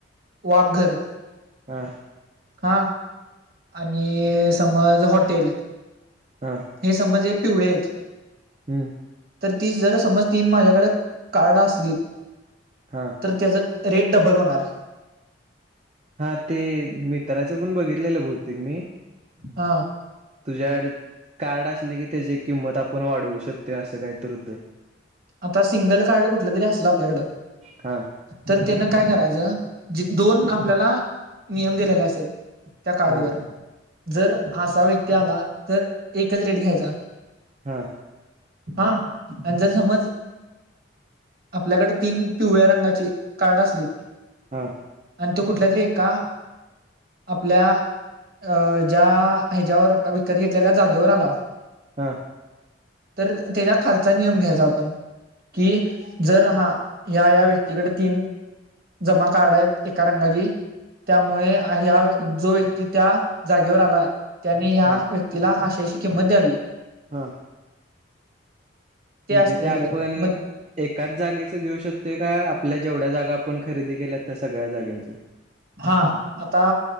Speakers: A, on the right; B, on the right.
A: वाघर
B: हा
A: हा आणि समज हॉटेल
B: हा
A: हे समज हे पिवळे आहेत.
B: हम्म
A: तर ती जर समज तीन माझ्याकडे कार्ड असली
B: हां
A: तर त्याचा रेट डबल होणार
B: हा ते मित्राचं पण बघितलेलं भौतेिक मी
A: हा
B: तुझ्या कार्ड असले की त्याची किंमत आपण वाढवू शकतो असं काही तर होत.
A: आता सिंगल कार्ड कुठलं तरी असलं आपल्याकडं
B: हां
A: तर त्यांना काय करायचं जे दोन आपल्याला नियम दिलेले असत त्या कार्डवर
B: हा
A: जर असा व्यक्ती आला तर एकच रेट घ्यायचा
B: हा
A: हा आणि जर समज आपल्याकडे तीन पिवळ्या रंगाची कार्ड असली
B: हा
A: आणि तो कुठल्या तरी एका आपल्या अ ज्या ह्याच्यावर विकत घेतलेल्या जागेवर आला
B: हा
A: तर त्याच्या खालचा नियम घ्यायचा आपण कि जर हा ह्या या व्यक्तीकडे तीन जमा कार्ड आहेत एका रंगाची त्यामुळे ह्या जो व्यक्ती त्या जागेवर आलाय त्यांनी या
B: हा
A: व्यक्तीला अशी याची किंमत द्यावी.
B: हा म्हणजे
A: असते
B: ते आपण
A: त्याच्यात मग
B: एकाच जागेचं घेऊ शकतोय का आपल्या जेवढ्या जागा आपण खरेदी केल्या त्या सगळ्या जाग्याच
A: हा आता